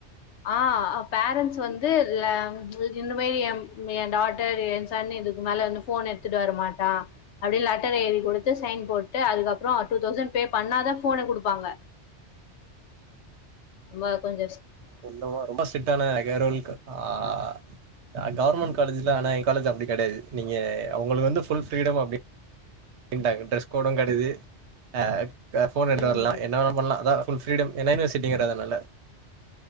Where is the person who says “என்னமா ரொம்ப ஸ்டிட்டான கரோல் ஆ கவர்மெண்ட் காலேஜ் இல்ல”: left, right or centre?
Right